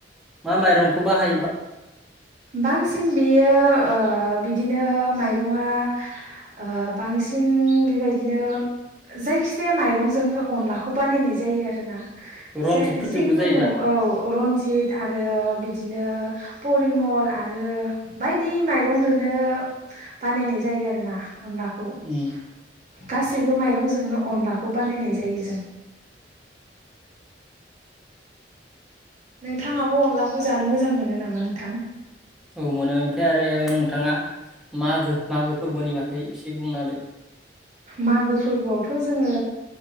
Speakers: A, in the centre; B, on the right (about 45°).
A: मा माइरंखौ बाहा
B: बांसिन बेयो ओ बिदिनो माइरङआ ओ बांसिन बेबायदिनो जायखिजाया माइरंजोंनो अनलाखौ बानायनाय जायो आरोना
A: रनजितफोरजोंबो
B: जे जिखुनु
A: जायो दा
B: औ रन्जित आरो बिदिनो परिमल आरो बायदि माइरंदोनो बानायनाय जायो आरोना अनलाखौ खौ
A: उम
B: गासैबो माइरंजोंनो अनलाखौ बानायनाय जायो जों नोंथाङाबो अनलाखौ जानो मोजां मोनो नामा नोंथां?
A: औ मोनो ओमफ्राय आरो नोंथाङा मागो मागो फोरबोनि बागै एसे बुं <unintelligible>
B: मागो फोरबोआवथ' जोङो